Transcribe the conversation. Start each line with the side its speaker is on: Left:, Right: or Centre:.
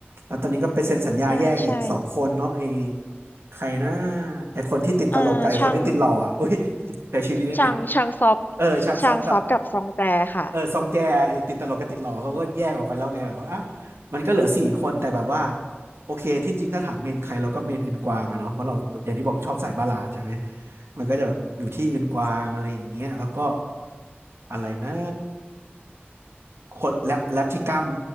Right: แล้วตอนนี้ก็ไปเซ็นสัญญาแยกอีกสองคนเนาะไอ
Left: ใช่ใช่
Right: ใครนะไอคนที่ติดตลกกับไอคนที่ติดหล่ออ่ะอุ้ย
Left: อ่าช่าง
Right: <laughs> แต่ชื่อนี้ได้ไหม
Left: ช่างช่างซอฟ
Right: เออชางซอกกับ
Left: ช่างซอฟกับซองแจค่ะ
Right: เออซองแจไอ้ติดตลกกับติดหล่อเขาก็แยกออกไปแล้วไงแบบว่าอ้าวมันก็เหลือสี่คนแต่แบบว่าโอเคที่จริงถ้าถามเมนใครเราก็เมนอื่นกวางอะเนาะเพราะเราอย่างที่บอกชอบสายบัลลาดใช่ไหมมันก็จะแบบอยู่ที่อืนกวางอะไรอย่างเงี้ยแล้วก็อะไรนะคนแรปแรปที่กล้าม